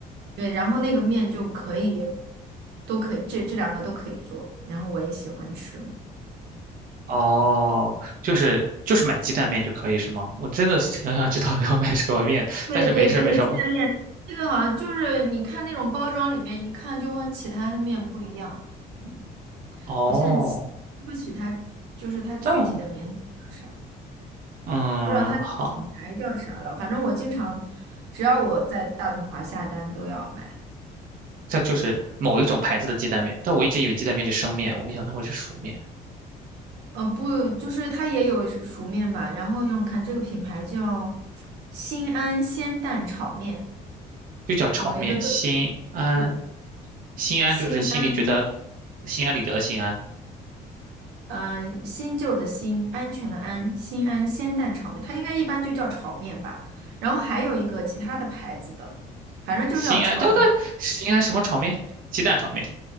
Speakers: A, on the right; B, on the right.
A: 对，然后那个面就可以，都可以，这这两个都可以做，然后我也喜欢吃。
B: 哦，就是就是买鸡蛋面就可以是吗？我真的挺想知道要买什么面的，
A: 对对，
B: 但是没事儿没什么。
A: 那个鸡蛋面，这个好像就是你看那种包装里面，一看就和其他的面不一样。嗯
B: 我哦，
A: 我现在记不起它，就是它具体的名字叫啥，
B: 但嗯好，
A: 不知道它的品牌叫啥了。反正我经常，只要我在大统华下单都要买。
B: 这就是某一种牌子的鸡蛋面，但我一直以为鸡蛋面是生面，我没想到会是熟面，
A: 呃，不，就是它也有熟面吧。然后让我看这个品牌叫新安鲜蛋炒面。
B: 就叫炒面。
A: 有一个这个人是
B: 心安，心安就是心里觉得
A: 新安，
B: 心安理得的心安，
A: 呃，新旧的新，安全的安，新安鲜蛋炒面，它应该一般就叫炒面吧。然后还有一个其他的牌子的，反正就是要炒面，
B: 心安，等等，心安什么炒面？鸡蛋炒面，